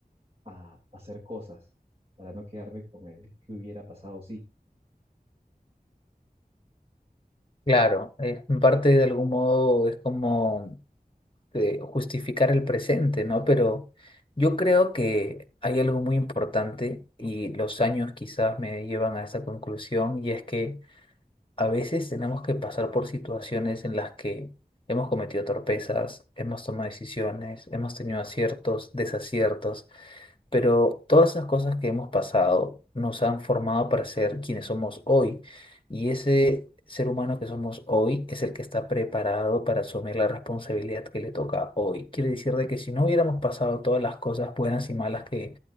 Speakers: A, on the right (about 40°); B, on the left (about 35°).
A: a hacer cosas para no quedarme con el que hubiera pasado sí.
B: Claro, es en parte de algún modo es como eh, justificar el presente, ¿no? Pero yo creo que hay algo muy importante y los años quizás me llevan a esa conclusión y es que a veces tenemos que pasar por situaciones en las que hemos cometido torpezas, hemos tomado decisiones, hemos tenido aciertos, desaciertos pero todas esas cosas que hemos pasado nos han formado para ser quienes somos hoy. Y ese ser humano que somos hoy es el que está preparado para asumir la responsabilidad que le toca hoy. Quiere decir de que si no hubiéramos pasado todas las cosas buenas y malas que